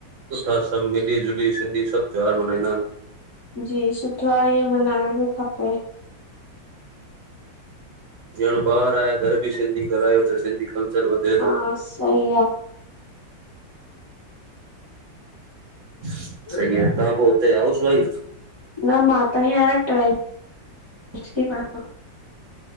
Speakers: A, on the right (about 85°); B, on the right (about 20°).
A: सुठा, सभ मिली जुली, सिंधी सभ त्योहार मनाईंदान।
B: जी सुठो आ, ईंयं मनाइंण बि खपे
A: ॼणु ॿार आहे घर बि सिंधी ॻाल्हायो त सिंधी कल्चर वधे
B: हा
A: थो।
B: सही
A: सही
B: आ।
A: आहे, तव्हां पो त हाउस वाइफ?
B: न मा त हे हाणे ट्वेल्थ ती पढां